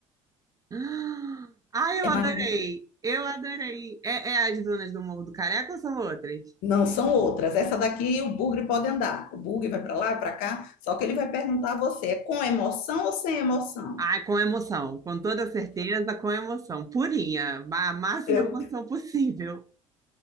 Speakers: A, on the right; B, on the left.
A: <gasps> Ah, Ai, eu
B: É
A: adorei!
B: maravilhoso.
A: Eu adorei! É, é as dunas do Morro do Careca ou são outras?
B: Não, são outras. Essa daqui o bugre pode andar. O bugre vai para lá e para cá, só que ele vai perguntar a você, é com emoção ou sem emoção?
A: Ai, com emoção, com toda certeza, com emoção. Purinha, a máxima
B: Eu,
A: emoção possível.